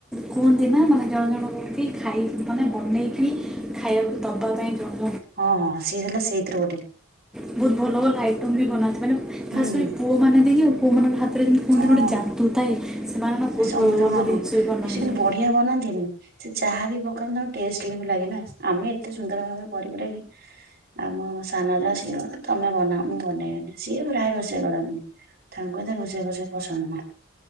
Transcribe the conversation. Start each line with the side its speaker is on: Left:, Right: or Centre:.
Centre: କୁହନ୍ତି ନା ମାନେ ଜଣ ଜଣଙ୍କୁ କି ଖାଇ ମାନେ ବନେଇକି ଖାଇବାକୁ ଦବା ପାଇଁ ଯୋଉ
Right: ହଁ, ହଁ, ହଁ ସିଏ ହେଲା ସେଇଥିରୁ ଗୋଟେ।
Centre: ବହୁତ ଭଲ ଭଲ ଆଇଟମ ବି ବନାନ୍ତି, ମାନେ
Right: ହୁଁ
Centre: ଖାସ୍
Right: ହୁଁ
Centre: କରି ପୁଅ ମାନେ ଦେଖିବୁ ପୁଅ ମାନଙ୍କ ହାତରେ ଯେମିତି କୁହନ୍ତିନି
Right: ହଁ
Centre: ଗୋଟେ ଯା ଦୁ ଥାଏ, ସେମାନେ ନା ବହୁତ
Right: ସମସ୍ତେ
Centre: ଭଲ ଭଲ
Right: ହଁ ହଁ
Centre: ଜିନିଷ ବି ବନାନ୍ତି।
Right: ଏ ସେ କିନ୍ତୁ ବଢିଆ ବନାନ୍ତିନି? ସେ ଯାହା ବିି ପକାନ୍ତୁ ତାଙ୍କ ଟେଷ୍ଟ ଲାଗେ ନା ଆମେ ଏତେ ସୁନ୍ଦର ଭାବରେ କରି କୁରାକି ଆମ ସାନ ଯା ସିଅ ତମେ ବନାଅ ମୁଁ ବନେଇବନି ସିଏ ପ୍ରାୟ ରୋଷେଇ କରନ୍ତିନୀ। ତାଙ୍କୁ ଏତେ ରୋଷେଇ ଫୋଷେଇ ପସନ୍ଦ ନୁହଁ।